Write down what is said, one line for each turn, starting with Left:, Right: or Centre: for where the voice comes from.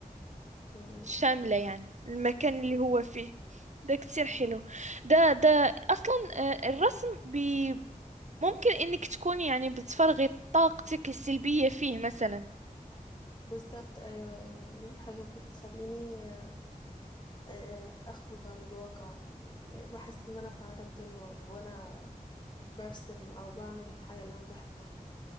Left: مم.
Right: شاملة يعني المكان اللي هو فيه ده كتير حلو ده ده أصلا آه، الرسم بي ممكن إنك تكون يعني بتفرغي طاقتك السلبية فيه مثلا
Left: بالظبط ايوه يعني دي الحاجة اللي بتخليني آه، آه، اخرج عن الواقع يعني بحس ان انا في عالم تاني و- وانا برسم او بعمل الحاجه اللي انا بحبها